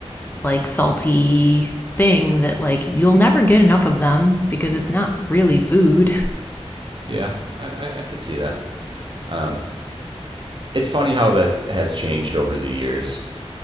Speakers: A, on the left; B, on the right.
A: like salty thing that like you'll never get enough of them because it's not really food.
B: yeah i i, I could see that um it's funny how that has changed over the years